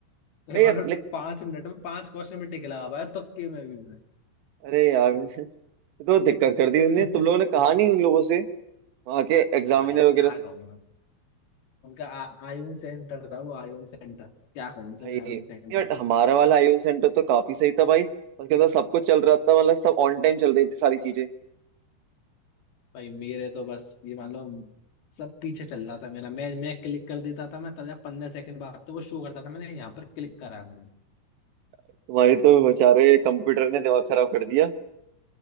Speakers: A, on the left; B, on the right.
A: तो
B: अरे
A: मान
B: यार
A: लो
B: like,
A: पांच मिनट में पांच क्वेश्चन पे टिक लगा पाया तुक्के में भी मैं
B: अरे यार <laughs> तो दिक्कत कर दी
A: <laughs>
B: उन्होंने तुम लोगों ने कहा नहीं उन लोगों से वहां के एग्जामिनर
A: अरे भाई अब
B: वगैरह
A: क्या कहूँ मैं उनका आ, आयुन सेंटर था वो आयुन सेंटर क्या कहूँ उनसे
B: भाई
A: मैं आयुन
B: नहीं
A: सेंटर
B: बट हमारा वाला आईओ सेंटर तो काफी सही था भाई उसके अंदर सब कुछ चल रहा था मतलब सब ऑन टाइम चल रही थी सारी चीजें
A: भाई मेरे तो बस ये मान लो सब पीछे चल रहा था मेरा मैं मैं क्लिक कर देता था मैं तब जा पंद्रह सेकंड बाद तो वो शो करता था मैंने यहाँ पर क्लिक करा हूँ
B: तुम्हारी तो बेचारे कंप्यूटर ने दिमाग खराब कर दिया